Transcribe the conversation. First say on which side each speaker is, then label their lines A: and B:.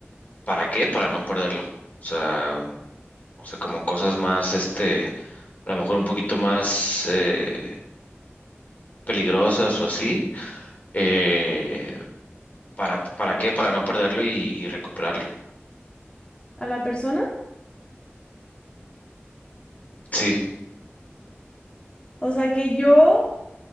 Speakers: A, on the left; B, on the left.
A: ¿para qué? Para no perderlo. O sea, o sea, como cosas más, este, a lo mejor un poquito más eh, peligrosas o así eh, ¿para, para qué? Para no perderlo y, y recuperarlo.
B: ¿A la persona?
A: Sí,
B: O sea, que yo